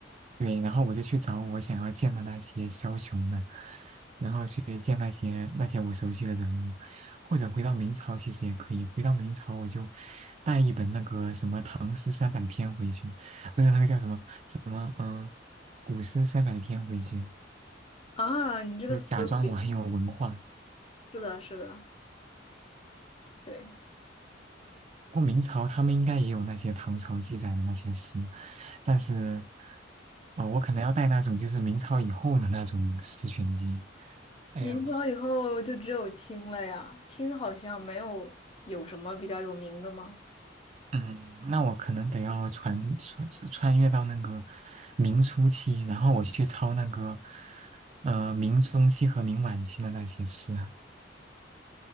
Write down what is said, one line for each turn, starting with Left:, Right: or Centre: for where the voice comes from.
Right: 对，然后我就去找我想要见的那些枭雄们，然后去见那些那些我熟悉的人物，或者回到明朝其实也可以，回到明朝我就带一本那个什么《唐诗三百篇》回去，不是那个叫什么什么嗯。古诗三百篇回去，
Left: <laughs> 啊，你这个思路
Right: 就假装我很有文化。
Left: 是的，是的，对。
Right: 不过明朝他们应该也有那些唐朝记载的那些诗，但是，啊、我可能要带那种就是明朝以后的那种诗选集。哎呀，
Left: 明朝以后就只有清了呀，清好像没有有什么比较有名的吗？
Right: 嗯，那我可能得要穿穿穿越到那个明初期，然后我去抄那个，呃，明中期和明晚期的那些诗。